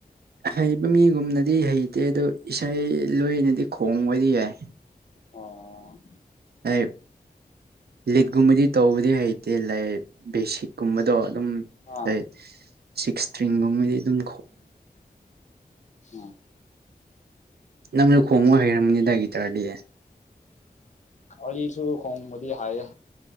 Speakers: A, on the right (about 80°); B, on the left (about 45°).
A: ꯍꯩꯕ ꯃꯤꯒꯨꯝꯅꯗꯤ ꯍꯩꯇꯦ ꯑꯗꯨꯣ ꯏꯁꯩ ꯂꯣꯏꯅꯗꯤ ꯈꯣꯡꯕꯗꯤ ꯌꯥꯏ
B: ꯑꯣ
A: ꯑꯩ ꯂꯤꯠꯀꯨꯝꯕꯗꯤ ꯇꯧꯕꯗꯤ ꯍꯩꯇꯦ ꯕꯦꯁꯤꯛꯀꯨꯝꯕꯗꯣ ꯑꯗꯨꯝ
B: ꯑꯥ
A: ꯑꯩꯠ <inaudible> ꯁꯤꯛꯁ ꯇ꯭ꯔꯤꯡꯒꯨꯝꯕꯗꯤ ꯑꯗꯨꯝ
B: ꯎꯝ
A: ꯅꯪꯁꯨ ꯈꯣꯡꯕ ꯍꯩꯔꯝꯒꯅꯤꯗꯥ ꯒꯤꯇꯥꯔꯗꯤ
B: ꯑꯩꯁꯨ ꯈꯣꯡꯕꯗꯤ ꯍꯥꯏꯌꯦ